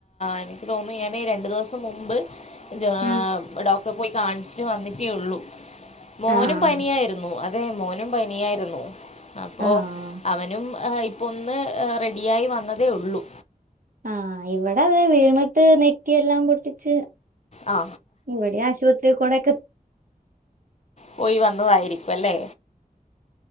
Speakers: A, on the left; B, on the right.
A: എനിക്ക് തോന്നുന്നു. ഞാന് രണ്ടു ദിവസം മുമ്പ് ജാ
B: ഉം
A: ഡോക്ടറെ പോയി കാണിച്ചിട്ട് വന്നിട്ടേയുള്ളു. മോനും
B: ആഹ്
A: പനിയായിരുന്നു അതെ മോനും പനിയായിരുന്നു. അപ്പോ
B: ആഹ്
A: അവനും ഇപ്പൊ ഒന്ന് റെഡിയായി വന്നതേയുള്ളൂ.
B: ആഹ് ഇവടെയത വീണിട്ട് നെറ്റിയെല്ലാം പൊട്ടിച്ച്.
A: ആ
B: ഇവടി ആശുപത്രിക്കൂടെ
A: പോയി വന്നതായിരിക്കും അല്ലേ